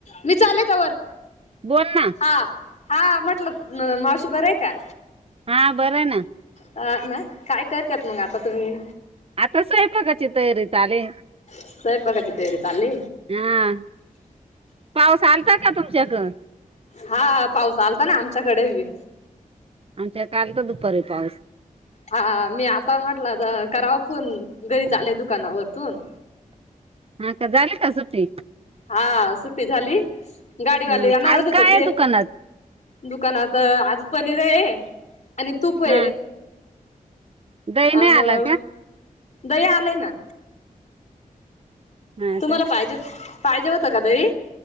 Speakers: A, on the left (about 55°); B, on the right (about 40°).
A: मी चाले त्यावर.
B: बोल ना.
A: हा हा म्हटलं मावशी बर आहे का.
B: हां बरं ना.
A: अ ना काय करतात मग आता तुम्ही.
B: आताच आहेका कची तयारी चाले.
A: स्वयंपाकाची तयारी चालली
B: हा पाऊस आलता का तुमच्याक?
A: हा पाऊस आल का ना आमच्याकडे बी.
B: आमच्या काल तर दुपारी पाऊस.
A: हा मी आता म्हटलं करावा फोन घरी आले दुकानावरतून.
B: हा का झाले का सु्टी.
A: हा सुट्टी झाली गाडीवाले
B: हं.
A: येणारच
B: आज
A: होेत
B: काय आहे
A: ते..
B: दुकानात
A: दुकानात आज पनीर आहे आणि तूप आहे.
B: हा दही
A: आ
B: नाही
A: मग
B: आला का
A: दया आलाय ना.
B: हा
A: तुम्हाला
B: का
A: पाहिजे पाहिजे होतं का दई.